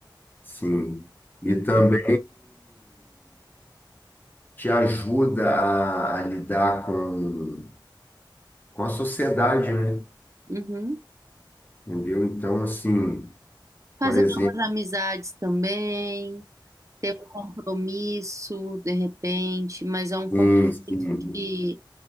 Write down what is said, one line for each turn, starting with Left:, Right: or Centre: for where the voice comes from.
Left: Sim. E
Right: Hum,
Left: também te ajuda a, a lidar com, com a sociedade, né?
Right: Uhum.
Left: Entendeu? Então, assim,
Right: Fazer
Left: por exemplo,
Right: novas amizades também, ter um compromisso de repente, mas é um compromisso
Left: Sim, sim.
Right: que,